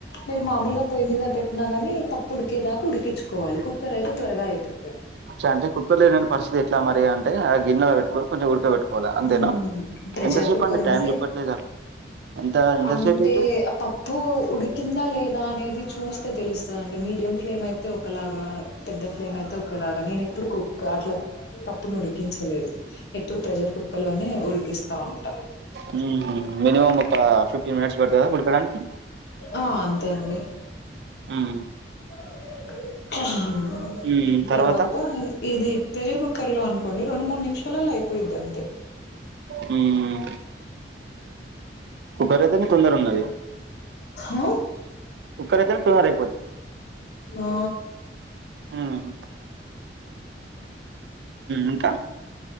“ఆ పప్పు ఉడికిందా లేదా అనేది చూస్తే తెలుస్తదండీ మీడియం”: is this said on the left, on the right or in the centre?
Left